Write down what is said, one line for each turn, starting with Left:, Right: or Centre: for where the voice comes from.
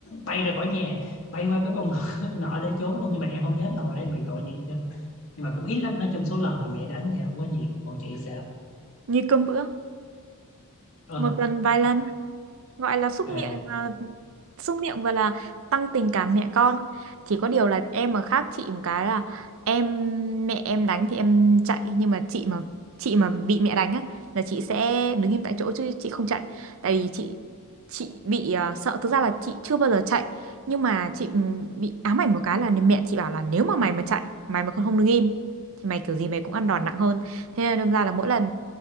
Left: bay ra khỏi nhà bay qua cái con ngõ, <laughs> ngõ để trốn luôn nhưng mà em không nhớ là hồi đó em bị tội gì nhưng mà cũng ít lắm nói chung số lần là mẹ đánh thì không có nhiều còn chị sẽ
Right: như cơm bữa,
Left: ơ
Right: một lần vài lần. gọi là xúc
Left: trời
Right: miệng
Left: ơi
Right: à, xúc miệng và là tăng tình cảm mẹ con chỉ có điều là em mà khác chị một cái là em mẹ em đánh thì em chạy nhưng mà chị mà chị mà bị mẹ đánh á là chị sẽ đứng im tại chỗ chứ chị không chạy tại vì chị chị bị à, sợ thực ra là chị chưa bao giờ chạy nhưng mà chị ừm, bị ám ảnh một cái là mẹ chị bảo là nếu mà mày mà chạy mày mà còn không đứng im thì mày kiểu gì mày cũng ăn đòn nặng hơn thế nên đâm ra là mỗi lần